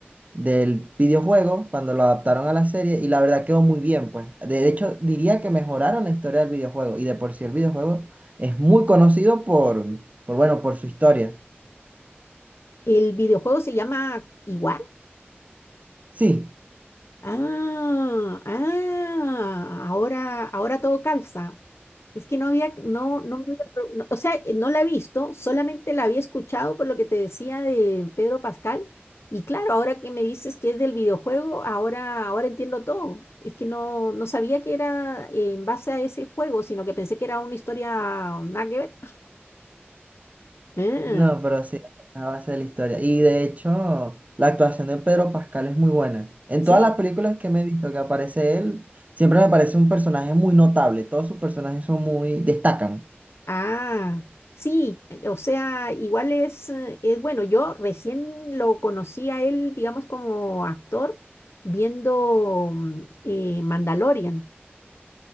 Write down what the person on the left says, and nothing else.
el videojuego se llama igual.
Ah, ah, ahora, ahora todo calza. Es que no había, no, no, me había pro- no- o sea, eh, no la he visto, solamente la había escuchado por lo que te decía de Pedro Pascal. Y claro, ahora que me dices que es del videojuego, ahora, ahora entiendo todo. Es que no, no sabía que era eh, en base a ese juego, sino que pensé que era una historia nada que ver. Ah,
sí.
Ah, sí, eh, o sea, igual es, eh, es bueno, yo recién lo conocí a él, digamos, como actor, viendo mm, eh, Mandalorian.